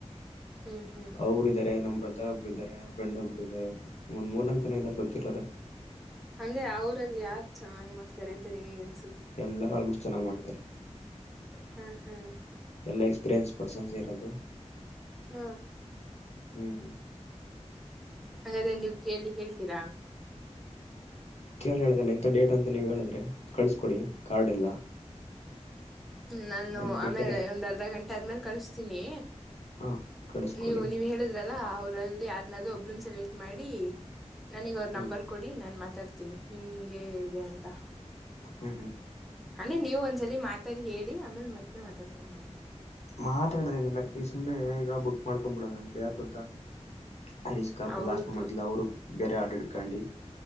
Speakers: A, in the centre; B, on the left.
A: ಹ್ಞೂ ಹ್ಞೂ
B: ಅವರುಾರೆ ನಮ್ಮ ಪ್ರ ಒಬ್ಬರು ಇದಾರೆನಮ್ಮಫ್ರೆಂಡ್ ಒಬ್ರು ಇದಾರೆ ಒನ್ ಮೂರ ನಾಲ್ಕು ಜನ ಇದಾರೆ ಗೊತ್ತಿರೋರೆ
A: ಅಂದೆ ಅವರಲ್ಲಿ ಯಾರ್ ಚೆನ್ನಾಗಿ ಮಾಡ್ತಾರೆ ಅಂತ ನೀವ ಈಗನ್ಸ
B: ಎಲ್ಲಾರ ಆಲ್ಮೋಸ್ಟ್ ಚೆನ್ನಾಗ್ ಮಾಡ್ತಾರೆ.
A: ಹ್ಮ ಹ್ಮ್
B: ಎಲ್ಲಾ ಎಕ್ಸ್ಪೀರಿಯನ್ಸ್ ಪರ್ಸನ್ಸ್ ಇರೋದು
A: ಹ್ಮ
B: ಹ್ಮ್ ಹ್ಮ
A: ಹಂಗಾದ್ರೆ ನೀವ್ ಕೇಳೇಳಿ ಹೇಳ್ತೀರಾ
B: ಕೇಳಿ ಹೇಳುದಲ್ಲ ಇಂಥ ಡೇಟ್ ಅಂತ ನೀವು ಹೇಳಿದ್ರೆ ಕಳ್ಸಕೊಡಿ ಕಾರ್ಡ್ ಎಲ್ಲ
A: ಹ್ಮ ನಾನು
B: ಒಂದ್ ಬೇಕಾರೆ
A: ಆಮೇಲೆ ಒಂದ್ ಅರ್ಧ ಗಂಟೆ ಆದ್ಮೇಲೆ ಕಳಿಸತೀನಿ
B: ಹಾ ಕಳಿಸ್ಕೊಡಿ
A: ನೀವು ನೀವ ಹೇಳುದ್ರಲ್ಲಾ ಅವದು ಯಾರ ಒಬ್ರು ಸೆಲೆಕ್ಟ್ ಮಾಡಿ ನನಗ್ ಅವ ನಂಬರ್
B: ಹ್ಮ್
A: ಕೊಡಿ ನ ಮಾತಾಡ್ತಿನಿ ತಿನಿ ಹ್ ಹಿಂಗೆ ಇದೆ ಅಂತ.
B: ಹ್ಮ್ ಹ್ಮ್
A: ಅಲ್ಲೆ ನೀವು ಒಂದ್ಸಲಿ ಮಾತಾಡಿ ಹೇಳಿ ಆಮೇಲ್ ಮತ್ತೆ ಮಾತಾಡ್ತೀನಿ ನಾನು
B: ಮಾತ್ರಾಡ್ದೇನ ಇಲ್ಲ ಈಗ ಸುಮ್ನೆ ಈಗ ಬುಕ್ ಮಾಡ್ಕೊಬ ಬಿಡಣ ಅಂತ ಯಾಕ್ ಗೊತ್ತಾ ಹರೀಶ್ಕಾ
A: ಹೌದು
B: ಲಾಸ್ಟ್ ಮುೊಮೆಂಟ್ ಅವರು ಬೇರೆ ಆಟಾಡ್ಕೊಂಡಿ